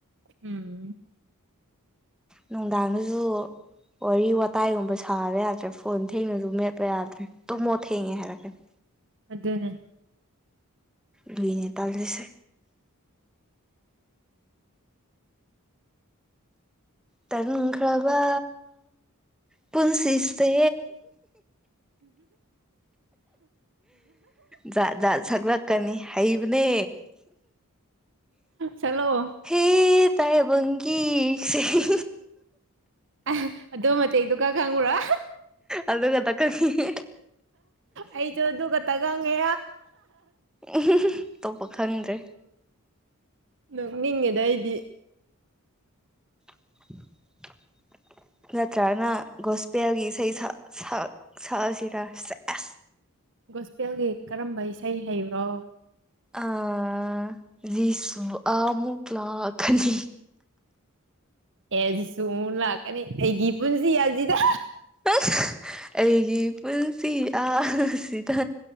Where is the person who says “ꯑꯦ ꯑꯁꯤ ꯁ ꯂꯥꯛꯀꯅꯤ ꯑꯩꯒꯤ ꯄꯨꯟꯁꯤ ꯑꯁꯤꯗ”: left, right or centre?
Right